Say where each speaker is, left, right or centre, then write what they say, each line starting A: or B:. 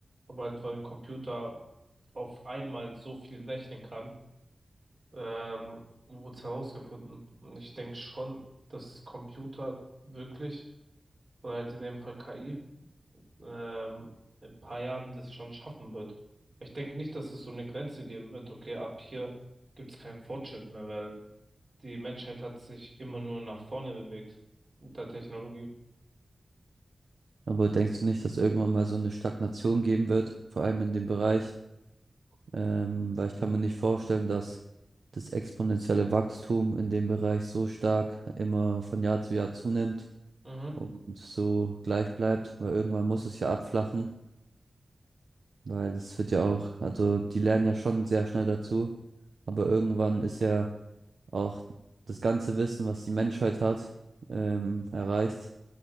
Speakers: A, on the right (about 55°); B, on the right (about 75°).
A: Aber halt, weil ein Computer auf einmal so viel rechnen kann, ähm, wurde es herausgefunden. Und ich denke schon, dass Computer wirklich, oder halt in dem Fall KI, ähm, in ein paar Jahren das schon schaffen wird. Ich denke nicht, dass es so eine Grenze geben wird, okay, ab hier gibt es keinen Fortschritt mehr, weil die Menschheit hat sich immer nur nach vorne bewegt mit der Technologie.
B: aber denkst du nicht, dass irgendwann mal so eine Stagnation geben wird, vor allem in dem Bereich? Ähm, weil ich kann mir nicht vorstellen, dass das exponentielle Wachstum in dem Bereich so stark immer von Jahr zu Jahr zunimmt
A: Mhm.
B: und so gleich bleibt, weil irgendwann muss es ja abflachen, weil es wird ja auch, also die lernen ja schon sehr schnell dazu, aber irgendwann ist ja auch das ganze Wissen, was die Menschheit hat, ähm, erreicht